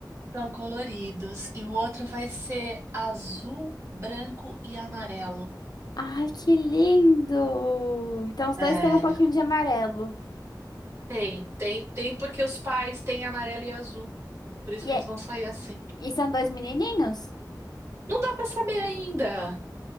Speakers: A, on the right; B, on the left.
A: são coloridos, e o outro vai ser azul, branco e amarelo.
B: Ai, que lindo. Então os
A: É.
B: dois têm um pouquinho de amarelo.
A: Tem, tem, tem porque os pais têm amarelo e azul, por isso
B: E,
A: que
B: é-
A: eles vão sair assim.
B: e são dois menininhos?
A: Não dá pra saber ainda.